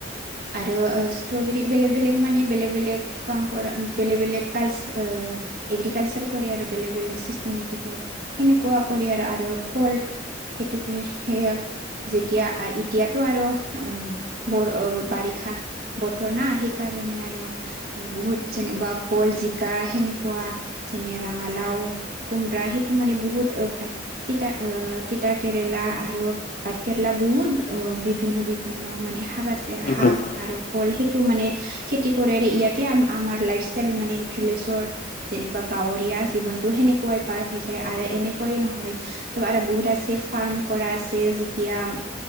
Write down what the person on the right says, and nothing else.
আৰু ষ্ট্ৰবেৰী বেলেগ বেলেগ মানে বেলেগ বেলেগ। কাম কৰা বেলেগ বেলেগ কালছ্ আহ এগ্ৰিকালচাৰ কৰে আৰু বেলেগ বেলেগ চিষ্টেমেটিকৰ সেনেকুৱা কৰি আৰু আৰু ফল। সেইটোকে সেয়াত। যেতিয়া এতিয়াতো আৰু অ বৰ বাৰিক। ষা‌ বতৰ না সেইকাৰণে আৰু বহুত যেনিবা ফল জিকা সেনেকুৱা যেনে ৰঙালাও। কোমৰা সেইটো মানে বহুত তিতা আহ তিতা কেৰেলা আৰু। ভাত কেৰেলা বহুত অ বিভিন্ন বিভিন্ন মানে শাক আছে
শাক
আৰু ফল সেইটো মানে খেতি কৰে ইয়াতে আমাৰ লাইফ ষ্টাইল মানে ভিলেছৰ। যেনিবা গাঁৱৰীয়া জীৱনতো সেনেকুৱাই পাৰ হৈ যায় আৰু এনেকুৱাই নহয়। চব আৰু বহুতটা চেফ ফাৰ্ম কৰা আছে যেতিয়া।